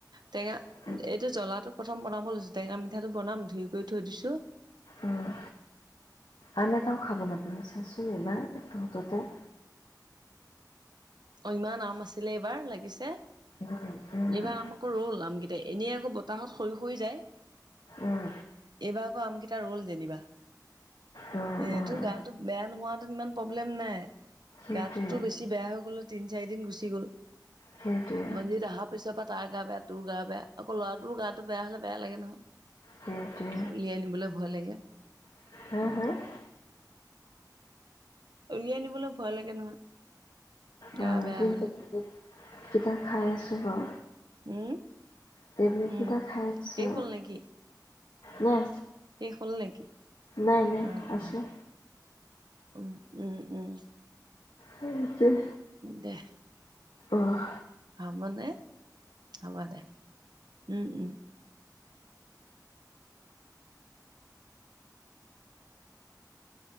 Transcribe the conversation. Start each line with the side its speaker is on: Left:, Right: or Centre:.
Right: টেঙা
Left: উম,
Right: এইটো জ্বলাটো প্ৰথম বনাব লৈছো, টেঙা মিঠাটো বনাম ধুই কৰি থৈ দিছোঁ।
Left: উম, আন এটাও খাবলৈ <unintelligible> এবাৰ তহঁতৰ তাত।
Right: অহ, ইমান আম আছিলে এইবাৰ লাগিছে।
Left: উম', উম'।
Right: এইবাৰ আম আকৌ ৰ'ল আমকেইট এনেই আকৌ বতাহত সৰি সৰি যায়।
Left: উম।
Right: এইবাৰ আকৌ আমকেইটা ৰ'ল যেনিবা।
Left: অ',
Right: এইটো
Left: অ',
Right: গাটো বেয়া নোহোৱাত ইমান প্ৰব্লেম নাই।
Left: সেইটোৱে।
Right: গাটোতো বেছি বেয়া হৈ গ'লে তিন চাৰিদিন গুচি গ'ল।
Left: সেইটোৱে,
Right: মন্দিৰিত অহাৰ পিছৰ পৰা তাৰ গা বে টো গা বেয়া, আকৌ ল'ৰাটোৰ গা টো বেয়া হলে বেয়া লাগে ন,
Left: সেইটোৱে।
Right: উলিয়াই নিনবলৈ ভয় লাগে।
Left: <inaudible>
Right: সেইটোৱে উলিয়াই নিবলৈ ভয় লাগে নহয়। গা
Left: অঁ,
Right: বেয়া
Left: যিহেতু
Right: হলে
Left: কিতা খাই আছোঁ বাও।
Right: উম।
Left: টেবলেট
Right: উম
Left: কেইটা খাই আছো,
Right: শেষ হ'ল নেকি
Left: নাই
Right: শেষ হ'ল নেকি
Left: নাই নাই
Right: অ
Left: আছোঁ।
Right: অ উম উম উম।
Left: সেইটোৱে।
Right: দে।
Left: অহ।
Right: হ'ব নে? হ'ব দে। উম উম।